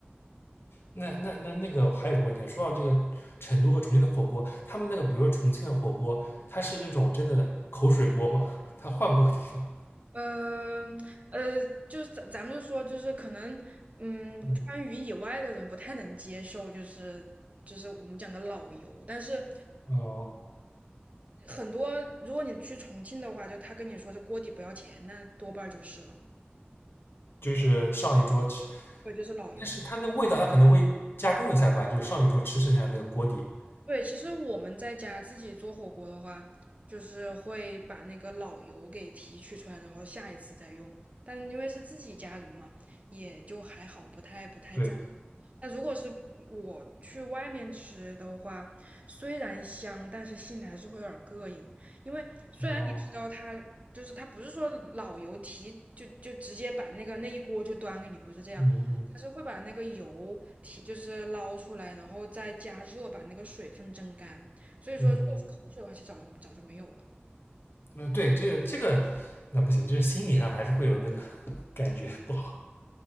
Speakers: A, on the left; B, on the right.
A: 那那那那个还有个问题啊，说到这个成都和重庆的火锅，他们那个比如说重庆的火锅，它是那种真的口水锅吗？<laughs> 它换锅底吗？
B: 嗯，呃，就是咱咱们就说，就是可能，嗯，
A: 嗯，
B: 川渝以外的人不太能接受，就是就是我们讲的老油，但是
A: 哦，
B: 很多，如果你去重庆的话，就他跟你说这锅底不要钱，那多半儿就是了。
A: 就是上一桌吃。
B: 对，就是老油。
A: 但是它那味道它可能会加工一下吧，就是上一桌吃剩下的那个锅底。
B: 对，其实我们在家自己做火锅的话，就是会把那个老油给提取出来，然后下一次再用。但因为是自己家人嘛，也就还好，不太不太在意。
A: 对，
B: 那如果是我去外面吃的话，虽然香，但是心里还是会有点膈应，因为虽然你知道它就是它不是说老油提就就直接把那个那一锅就端给你，
A: 哦，
B: 不是这样，
A: 嗯嗯
B: 它是会把那个油提就是捞出来，然后再加热把那个水分蒸干，所以说如果是口水的话，
A: 嗯嗯，
B: 其实早就早就没有了。
A: 那对，这个这个那不行，就是心理上还是会有那个 <laughs> 感觉不好。